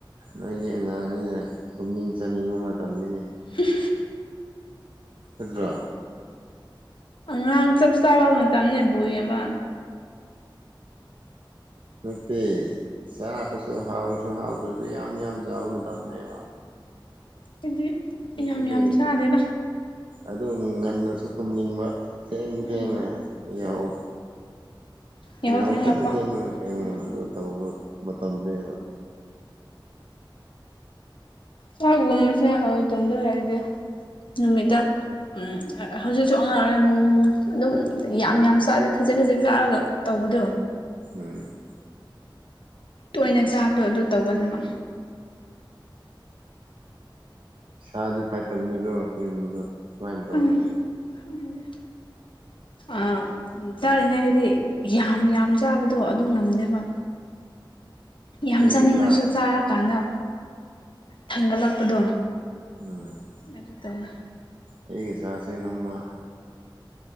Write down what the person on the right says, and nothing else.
ꯅꯣꯏꯗꯤ ꯑꯉꯥꯡꯅꯤꯅ ꯇꯨꯝꯅꯤꯡ ꯆꯥꯅꯤꯡꯕ ꯃꯇꯝꯅꯤꯅꯦ
ꯅꯠꯇ꯭ꯔꯣ
ꯅꯠꯇꯦ ꯆꯥꯕꯁꯨ ꯍꯥꯎꯔꯁꯨ ꯍꯥꯎꯗ꯭ꯔꯁꯨ ꯌꯥꯝ ꯌꯥꯝ ꯆꯥꯕ ꯃꯇꯝꯅꯦꯕ
ꯑꯗꯨ
ꯑꯗꯨ ꯉꯟꯅꯁꯨ ꯇꯨꯝꯅꯤꯡꯕ ꯊꯦꯡ
ꯊꯦꯡꯅ ꯌꯥꯍꯧ
ꯌꯍꯥꯎ
ꯊꯦꯡ ꯊꯦꯡꯅ <unintelligible>
ꯑꯗꯨ ꯇꯧꯕ ꯃꯇꯝꯅꯦꯕ
ꯎꯝ
ꯁꯥꯗꯤ ꯐꯠꯇꯕꯅꯤꯀꯣ ꯏꯔꯨꯝꯕꯗꯣ ꯁꯨꯃꯥꯏꯅ ꯇꯧꯕꯁꯦ
ꯑꯩꯒ
ꯆꯥ
ꯎꯝ
ꯑꯩꯒ ꯆꯥꯁꯦ ꯅꯣꯡꯃ